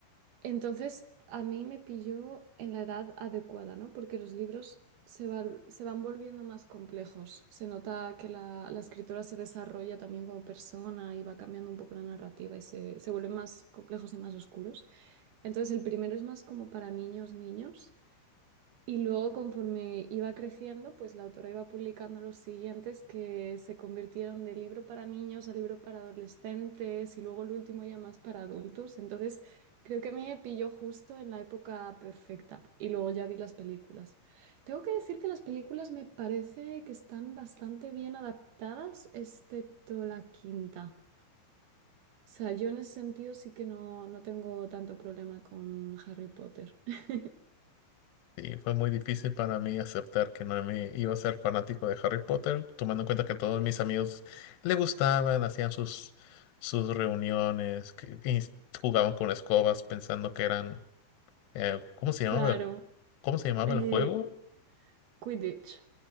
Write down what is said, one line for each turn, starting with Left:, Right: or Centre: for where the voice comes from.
Right: Entonces, a mí me pilló en la edad adecuada, ¿no? Porque los libros se, val- se van volviendo más complejos. Se nota que la, la escritora se desarrolla también como persona y va cambiando un poco la narrativa y se, se vuelven más complejos y más oscuros. Entonces, el primero es más como para niños, niños. Y luego, conforme iba creciendo, pues la autora iba publicando los siguientes que se convirtieron de libro para niños a libro para adolescentes y luego el último ya más para adultos. Entonces, creo que a mí me pilló justo en la época perfecta y luego ya vi las películas. Tengo que decir que las películas me parece que están bastante bien adaptadas, excepto la quinta. O sea, yo en ese sentido sí que no, no tengo tanto problema con Harry Potter. <laughs>
Left: Sí, fue muy difícil para mí aceptar que no me iba a ser fanático de Harry Potter, tomando en cuenta que todos mis amigos le gustaban, hacían sus, sus reuniones, que- y s- jugaban con escobas pensando que eran, eh, ¿cómo se llamaba
Right: Claro,
Left: el, cómo se llamaba
Right: eh,
Left: el juego?
Right: Quidditch.